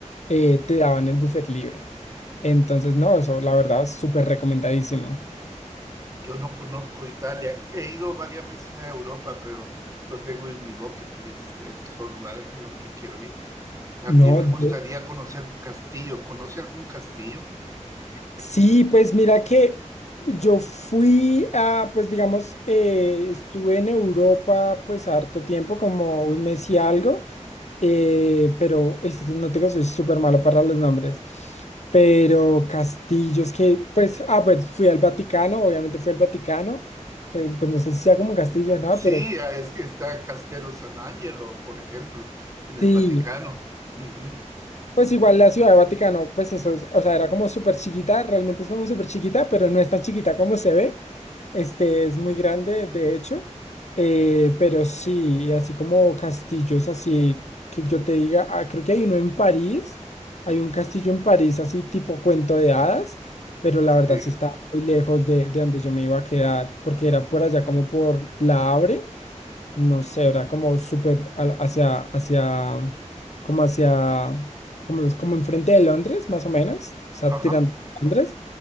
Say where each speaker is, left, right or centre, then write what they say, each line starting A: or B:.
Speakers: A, on the left; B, on the right.
A: eh, te daban el buffet libre. Entonces, no, eso la verdad, súper recomendadísimo.
B: Yo no conozco Italia. He ido varias veces a Europa, pero lo tengo en mi bucket list. Es- son lugares a los que quiero ir. También
A: No,
B: me
A: de-
B: gustaría conocer castillos. ¿Conoce algún castillo?
A: sí, pues mira que yo fui a, pues digamos, eh, estuve en Europa pues harto tiempo, como un mes y algo, eh, pero es que no te digo, soy súper malo para los nombres, pero castillos que, pues, ah, pues fui al Vaticano, obviamente fui al Vaticano, que pues no sé si sea como un castillo, ¿no?
B: Sí,
A: Pero
B: ah, es que está Castello San Angelo, por ejemplo, en el
A: sí.
B: Vaticano. Ujú,
A: Pues igual la Ciudad de Vaticano, pues eso es, o sea, era como súper chiquita, realmente es como súper chiquita, pero no es tan chiquita como se ve. Este es muy grande, de hecho. Eh, pero sí, así como castillos, así que yo te diga, ah, creo que hay uno en París, hay un castillo en París, así tipo cuento de hadas, pero la
B: Sí.
A: verdad sí está muy lejos de, de donde yo me iba a quedar, porque era por allá como por La Havre no sé, era como súper al- hacia, hacia, como hacia, como, es como enfrente de Londres, más o menos, o sea,
B: Ajá.
A: tirando a Londres.